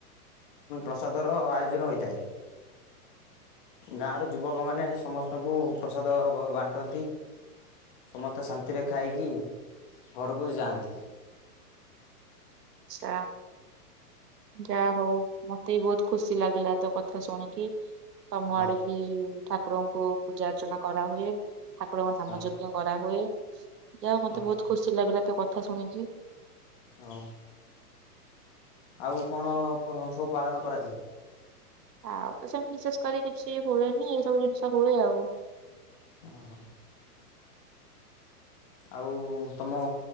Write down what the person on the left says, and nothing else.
ପ୍ରସାଦର ଆୟୋଜନ ହୋଇଥାଏ। ଗାଁର ଯୁବକମାନୋନେ ସମସ୍ତଙ୍କୁ ପ୍ରସାଦ ବାଣ୍ଟନ୍ତି ସମସ୍ତେ ଶାନ୍ତିରେ ଖାଇକି ଘରକୁ ଯାଆନ୍ତି।
ହଁ
ହଁ
ହଁ
ହଁ ଆଉ କଣ ସବୁ ପାଳନ କରାଯାଏ।
ଓ ହୋ। ଆଉ ତମ